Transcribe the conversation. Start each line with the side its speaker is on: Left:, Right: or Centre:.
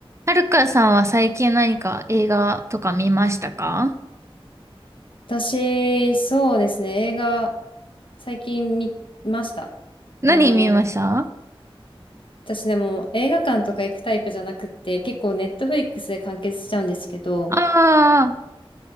Right: はるかさんは最近何か映画とか見ましたか
Left: 私、そうですね、映画、最近見ました。
Right: 何見ましたあ
Left: あの、私でも映画館とか行くタイプじゃなくって、結構ネットフリックスで完結しちゃうんですけど、
Right: あー、